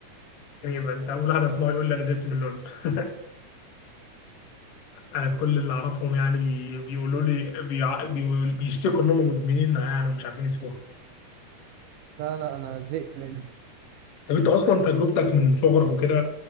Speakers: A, on the left; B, on the right.
A: <laughs> تقريبا انت اول واحد اسمعه يقول لي انا زهقت من لول <laughs> انا كل اللي اعرفهم يعني بي- بيقولوا لي بيع... بيقول- بيشتكوا انهم مدمنينها يعني ومش عارفين يسيبوها
B: لا لا انا زهقت منها
A: طب انت اصلا تجربتك من صغرك وكده